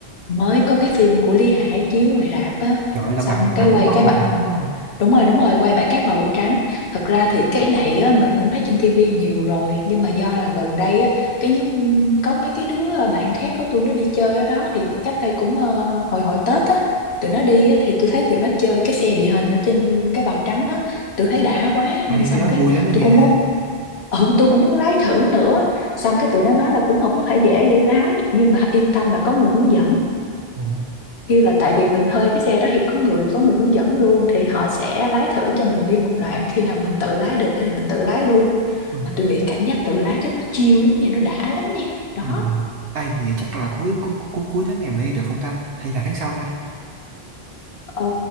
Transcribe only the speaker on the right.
trời ơi, lật
mặt lật
mặt
đúng không
lật
mặt đúng không
Ê,
cái đó
vui lắm đó nha
Ồ.
Ừ.
Ừ. Ai, vậy chắc là cuối cuối cuối cuối tháng này mới đi được không ta? Hay là tháng sau ta?